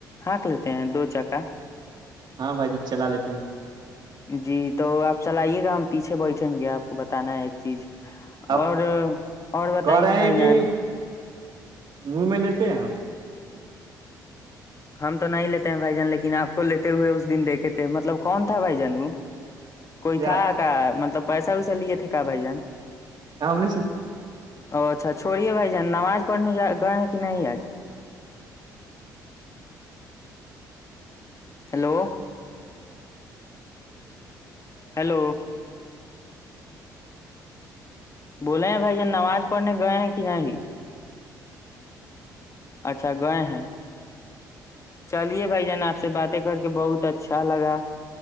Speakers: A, on the left (about 30°); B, on the right (about 50°).
A: ہانٹ لیتے ہیں دو چکا
B: ہاں بھائی ج ہم چلا لیتے ہیں
A: جی تو آپ چلئیے گا ہم پیچھے بیٹھیں گے آپ کو بتانا ہے ایک چیز
B: آپ
A: اور اور بتائیے
B: کہ رہے
A: نا بھائی
B: ہیں
A: جان
B: کہ م میں لیتے ہیں آپ <unintelligible>
A: ہم تو نہیں لیتے ہیں بھائی جان لیکن آپ کو لیتے ہوئے اس دن دیکے تھے مطلب کون تھا بائی جانوں کوئی
B: کیا
A: تھا کا مطلب پیسہ ویسا لیے تھے کہ بھائی جان
B: ہاں ہم س
A: او اچھا چھوڑیے بھائی جان نماز پڑھنے ج گئے ہیں کہ نہیں آج ہیلو ہیلو بولے ہیں بھائی یہ نماز پڑھنے گئے ہیں کہ نہیں اچھا گئے ہیں چلیے بھائی جان آپ سے باتیں کر کے بہت اچھا لگا